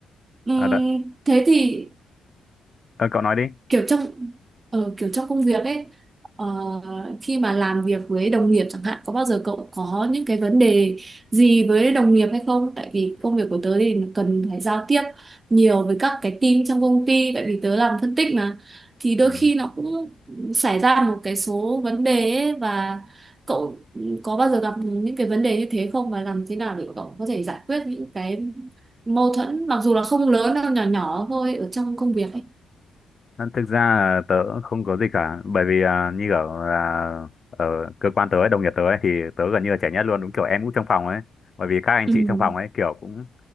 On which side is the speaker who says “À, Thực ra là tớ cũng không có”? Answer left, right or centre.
Left